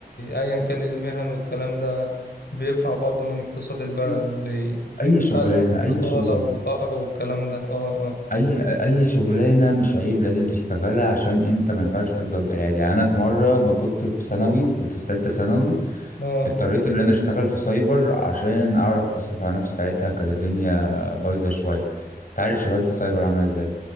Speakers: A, on the left; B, on the left.
A: أيا كان المهن والكلام ده بيرفع برضه من اقتصاد البلد
B: اي
A: بي...
B: اي
A: بيقلل
B: شغلانه
A: البطالة
B: اي شغلانه
A: والفقر والكلام ده اه اه
B: اي اي شغلانه مش عيب لازم تشتغلها عشان انت ما ينفعش تفضل قاعد يعني انا في مره ما كنت في ثانوي كنت في ثالثه ثانوي
A: اه
B: اضطريت ان انا اشتغل في سايبر عشان اعرف اصرف على نفسي ساعتها كانت الدنيا بايظه شويه انت عارف شغلانه السايبر عامله ازاي